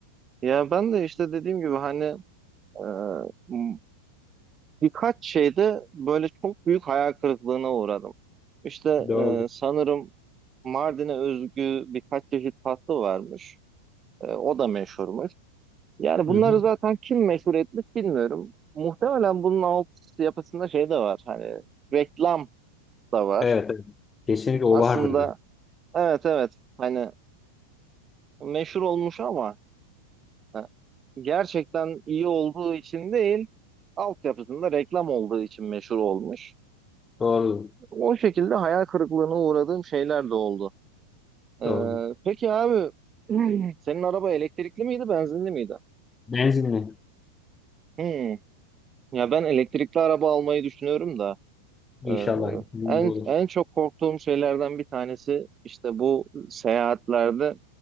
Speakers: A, on the right; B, on the left.
A: Ya ben de işte dediğim gibi hani e, m- birkaç şeyde böyle çok büyük hayal kırıklığına uğradım. İşte
B: Doğru.
A: e, sanırım Mardin'e özgü birkaç çeşit tatlı varmış. E, o da meşhurmuş. Yani
B: Hı
A: bunları
B: hı.
A: zaten kim meşhur etmiş bilmiyorum. Muhtemelen bunun alt yapısında şey de var. Hani reklam da var.
B: Evet, evet. Kesinlikle o
A: Aslında
B: vardır. dedim.
A: evet evet hani meşhur olmuş ama e, gerçekten iyi olduğu için değil, altyapısında reklam olduğu için meşhur olmuş.
B: Doğru.
A: O şekilde hayal kırıklığına uğradığım şeyler de oldu. Ee,
B: Doğru.
A: peki abi <clears throat> senin araba elektrikli miydi, benzinli miydi?
B: Benzinli.
A: Hmm. Ya ben elektrikli araba almayı düşünüyorum da
B: İnşallah.
A: e,
B: Bunun
A: en
B: gibi olur.
A: en çok korktuğum şeylerden bir tanesi işte bu seyahatlerde